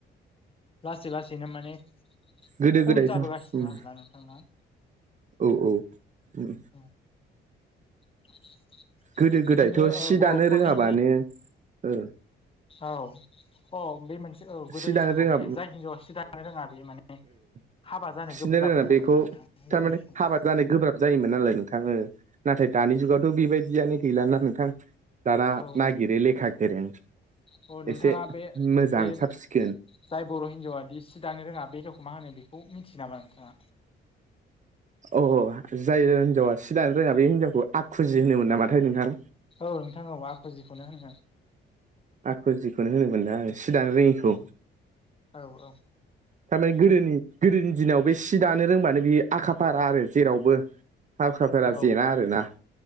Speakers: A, on the left (about 25°); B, on the right (about 40°).
A: लासै लासैनो माने
B: गोदो
A: खम
B: गोदायथ'
A: जाबोगासिनो
B: उम
A: आरोना नोंथां ना
B: औ औ उम
A: उ <unintelligible>
B: गोदो
A: बिदिनो
B: गोदायथ'
A: ओ
B: सि
A: बर'फोरनि
B: दानो रोङाबानो
A: बे
B: ओ
A: औ अ बे मोनसे औ गोदोनि
B: सि दानो
A: समाव
B: रोङा
A: बे जाय हिनजावा सिदानो रोङा बे माने
B: फिसिनो
A: हाबा जानो गोब्राब
B: रोङा
A: होनोमोन
B: बेखौ
A: नोंथां गोदोनि
B: थारमाने
A: समाव
B: हाबा जानाय गोब्राब जायोमोन नालाय नोंथां ओ नाथाय दानि जुगावथ' बेबायदियानो
A: औ
B: गैलाना नोंथां दाना
A: औ
B: नागिरो लेखा गोरों
A: औ नोंथाङा
B: एसे
A: बे
B: मोजां
A: बे
B: साब सिखोन
A: जाय बर' हिन्जावा दि सि दानो रोङा बे हिनजावखौ मा होनो बेखौ मिथियो नामा नोंथाङा
B: औ औ जाय हिनजावा सि दानो रोङा बे हिनजावखौ आखुजि होनोमोन नामाथाय नोंथां
A: औ नोंथां औ आखुजिखौनो होनो।
B: आखुजिखौनो होनोमोन ना सि दानो रोङिखौ
A: औ औ औ
B: थारमानि गोदोनि गोदोनि दिनाव बे सि दानो रोंबानो बि आखा फारा आरो जेरावबो हाखा फाखाफोरा
A: औ
B: जेना आरो ना